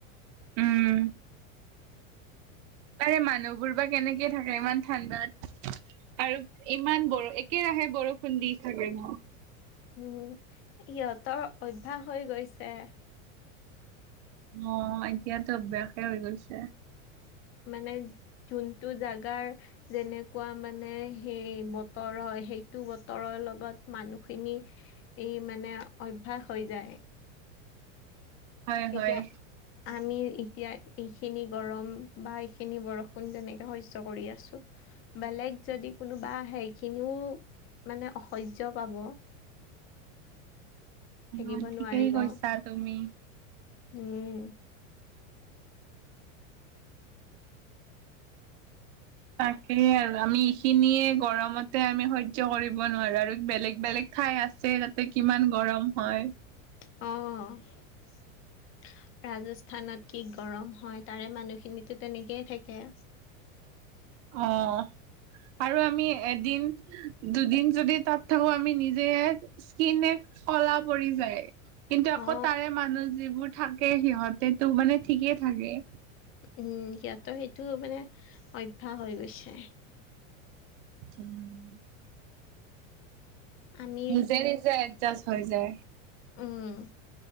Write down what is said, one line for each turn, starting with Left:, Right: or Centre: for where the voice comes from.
Left: <inaudible>
Right: উম তাৰে মানুহবোৰ বা কেনেকে থাকে ইমান ঠাণ্ডাত। আৰু ইমান বৰ একেৰাহে বৰষুণ দি থাকে ন।
Left: উম, সিহঁতৰ অভ্যাস হৈ গৈছে।
Right: অ', এতিয়াতো অভ্যাসে হৈ গৈছে।
Left: মানে যোনটো জাগাৰ যেনেকুৱা মানে সেই বতৰ হয় সেইটো বতৰৰ লগত মানুহখিনি এই মানে অভ্যাস হৈ যায়।
Right: হয় হয়।
Left: এতিয়া আমি এতিয়া এইখিনি গৰম বা এইখিনি বৰষুণ তেনেকে সহ্য কৰি আছো। বেলেগ যদি কোনোবা সেইখিনিও মানে অসহ্য পাব। <inaudible>
Right: অ', ঠিকেই
Left: নোৱাৰিব
Right: কৈছা তুমি।
Left: উম।
Right: তাকেই আৰু আমি এইখিনিয়ে গৰমতে আমি সহ্য কৰিব নোৱাৰো আৰু বেলেগ বেলেগ ঠাই আছে তাতে কিমান গৰম হয়।
Left: অ'। ৰাজস্থানত কি গৰম হয় তাৰে মানুহখিনো তেনেকেই থাকে।
Right: অ', আৰু আমি এদিন দুদিন যদি তাত থাকো আমি নিজে স্কিনে কলা পৰি যায়, কিন্তু আকৌ
Left: অ
Right: তাৰে মানুহ যিবোৰ থাকে সিহঁত হেটো মানে ঠিকে থাকে।
Left: উম, সিহঁতৰ সেইটো মানে অভ্যাস হৈ গৈছে।
Right: উম,
Left: আমি
Right: নিজে নিজে এডজাষ্ট হৈ যায়।
Left: উম,